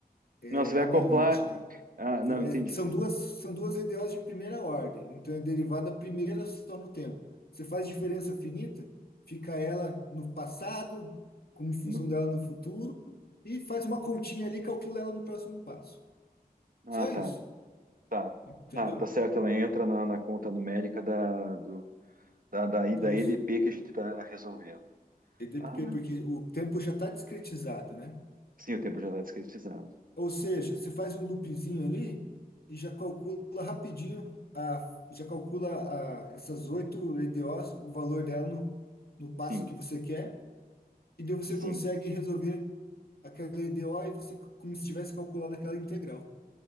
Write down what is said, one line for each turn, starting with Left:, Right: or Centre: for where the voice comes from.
Left: é,
Right: Não, você vai
Left: analítica.
Right: acoplar, ah,
Left: Vo-
Right: não,
Left: é,
Right: entendi.
Left: São duas, são duas EDOs de primeira ordem, então é derivada primeira só no tempo. Você faz diferença finita, fica ela no passado, como função
Right: No-
Left: dela no futuro, e faz uma continha ali, calcula ela no próximo passo.
Right: Ah,
Left: Só
Right: tá,
Left: isso,
Right: tá,
Left: entendeu?
Right: tá, tá certo, ela entra na, na conta numérica da, do da, da,
Left: Isso.
Right: da EDP que a gente está resolvendo.
Left: EDP,
Right: Ah, não.
Left: porque o tempo já está discretizado, né?
Right: Sim, o tempo já está discretizado.
Left: Ou seja, você faz um loopzinho ali e já calcula rapidinho, a, já calcula a, essas oito EDOs, o valor dela no, no passo
Right: Sim,
Left: que você quer E daí você
Right: sim.
Left: consegue resolver aquela EDO e você, c- como se tivesse calculado aquela integral.